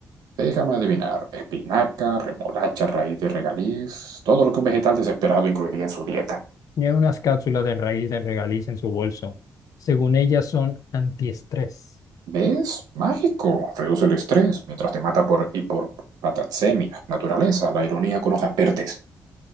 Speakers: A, on the right (about 80°); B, on the left (about 65°).
A: Déjame adivinar, espinaca, remolacha, raíz de regaliz, todo lo que un vegetal desesperado incluiría en su dieta.
B: Tenía unas cápsulas de raíz de regaliz en su bolso. Según ella, son antiestrés.
A: ¿Ves? Mágico. Reduce el estrés mientras te mata por hipopataxemia. Naturaleza, la ironía con hojas verdes.